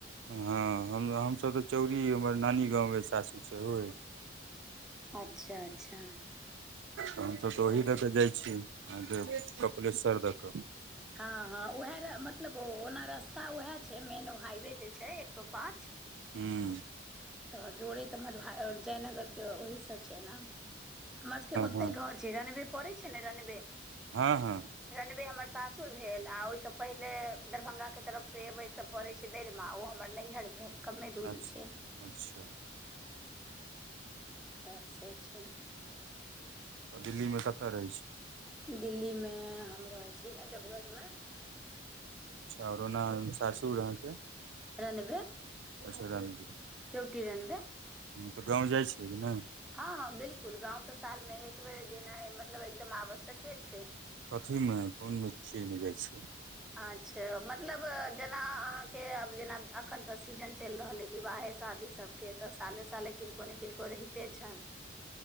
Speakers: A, on the right; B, in the centre.
A: हँ हम हमसभ तऽ चौरी हमर नानी गाँव अइ सासुर सेहो होइ
B: अच्छा अच्छा
A: हम सब तऽ ओहि
B: हँ
A: द क जाइ छी। अहके कपिलेश्वर द क।
B: हँ हँ उएह मतलब ओना रस्ता उएहे छैय मेन हाइवे जे छैय एक सौ पाँच।
A: हू
B: तऽ जोड़े त मधु जयनगर के ओहि से छैय ने हमर सब के ओतय
A: हँ
B: घर छैय रनबे पड़ै छैय ने रनबे
A: हँ हँ
B: रनवे हमर सासुर भेल आ ओहिसँ पहिले दरभंगाके तरफसँ अयबै तऽ पड़ै छैय दैरमा ओ हमर नैहर भेल कमे दूरी
A: अच्छा
B: छैय।
A: अच्छा
B: तऽ से छै
A: तऽ दिल्लीमे कतऽ रहै छी?
B: दिल्ली मे हम रहै छी नजफगढ़ मे
A: चावरो ओना साासूर आहां के
B: रनवे
A: अच्छा रनवे
B: केवती रनबे।
A: त गाँव जाइ छियै कि नहि?
B: हँ हँ बिल्कुल गाँंव तऽ साल में एक बेर गेनाय मतलब एकदम आवश्यके छैय।
A: कथीमे कोन मिर्ची मे जाइ छीयै?
B: अच्छा मतलब जेना अहाँके आब जेना अखन तऽ सीजन चलि रहल अछि विवाहे शादी सबके तऽ साले साले किनको ने किनको रहिते छनि।